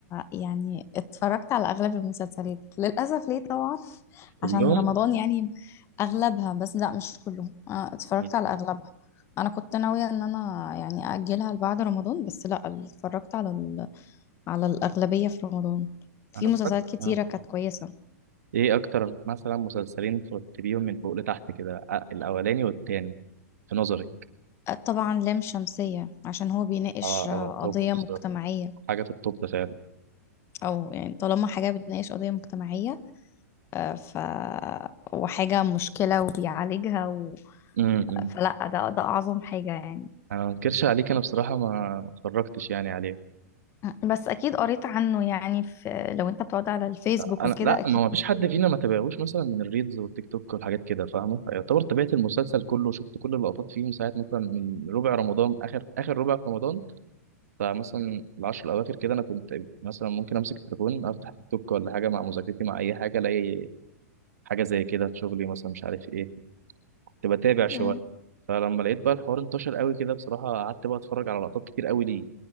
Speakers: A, on the left; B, on the right.
A: يعني اتفرجت على اغلب المسلسلات للأسف ليه طبعا
B: كلهم
A: عشان رمضان يعني اغلبها بس لا مش كلهم أنا اتفرجت
B: مم.
A: على اغلبها انا كنت ناوية ان انا يعني اجلها لبعد رمضان بس لا اتفرجت على ال... على الاغلبية في رمضان في
B: أنا
A: مسلسلات
B: اتفرجت
A: كتيرة
B: أنا-
A: كانت كويسة
B: إيه أكتر مثلا مسلسلين ترتبيهم من فوق لتحت كده آه، الأولاني والتاني في نظري
A: آه، طبعا لام شمسية عشان هو بيناقش
B: آه
A: آه،
B: آه توب
A: قضية
B: بصراحة
A: مجتمعية
B: حاجة في التوب فعلا
A: او يعني طالما حاجة بتناقش قضية مجتمعية آه، ف وحاجة مشكلة وبيعالجها و...
B: امم
A: فلا ده ده أعظم حاجة يعني
B: أنا ما أنكرش عليك أنا بصراحة ما ما اتفرجتش يعني عليهم
A: بس أكيد قريت عنه يعني في لو أنت بتقعد على الفيسبوك
B: انا
A: وكده
B: لا
A: أكيد
B: ما هو فيش
A: بتشوف
B: حد فينا ما تابعهوش مثلا من الريلز والتيك توك والحاجات كده فاهمه يعتبر تابعت المسلسل كله شفت كل اللقطات فيه من ساعه مثلا من ربع رمضان اخر اخر ربع في رمضان فمثلا العشر الاواخر كده انا كنت مثلا ممكن امسك التليفون افتح تيك توك ولا حاجه مع مذاكرتي مع اي حاجه الاقي حاجه زي كده في شغلي مثلا مش عارف ايه كنت بتابع شويه
A: مم.
B: فلما لقيت بقى الحوار انتشر قوي كده بصراحه قعدت بقى اتفرج على لقطات كتير قوي ليه